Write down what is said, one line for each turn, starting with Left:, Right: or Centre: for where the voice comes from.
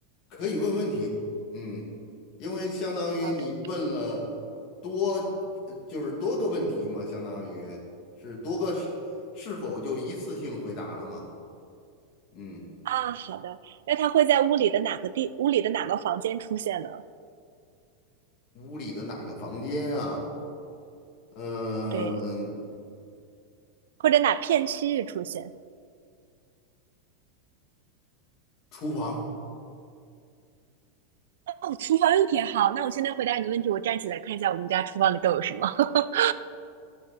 Left: 可以问问题，嗯，因为相当于你问了多，
Right: 好的
Left: 呃就是多个问题嘛，相当于是多个是是否就一次性回答了嘛？嗯，
Right: 啊，好的。那它会在屋里的哪个地，屋里的哪个房间出现呢？
Left: 屋里的哪个房间啊？嗯、
Right: 对，或者哪片区域出现？
Left: 厨房。
Right: 哦，厨房用品好。那我现在回答你的问题，我站起来看一下我们家厨房里都有什么。<laughs>